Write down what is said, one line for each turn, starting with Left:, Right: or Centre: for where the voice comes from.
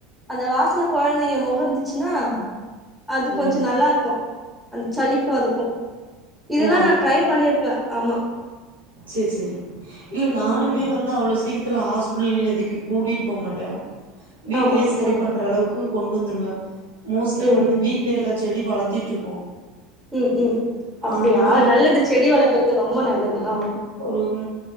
Centre: அந்த வாசன கொழந்தைங்க முகந்துச்சுன்னா அது கொஞ்சோ
Right: ம்
Centre: நல்லாருக்கு அந்த சளிக்கு அதுக்கு இதுல்லா
Right: ஓ
Centre: நா ட்ரை பண்ணிருக்கே ஆமா
Right: சேரி சேரிங் இல்ல நானுமே
Centre: ம்
Right: வந்து அவ்ளோ சீக்ரத்துல ஹாஸ்பிடல் எதுக்கு கூட்டிட்டு போக மாட்டே வீட்லயே
Centre: ஆமா
Right: சரி
Centre: ஆ
Right: பண்ற அளவு க்கு கொண்டு வந்துருவே மோஸ்ட்லி
Centre: ம்
Right: வந்து வீட்லயே எல்லா செடி வளத்திட்ருக்கோ
Centre: ம் ம் அப்டியா
Right: அதனால
Centre: நல்லது செடி வளக்கறது ரொம்ப நல்லது ஆமா
Right: ஒரும்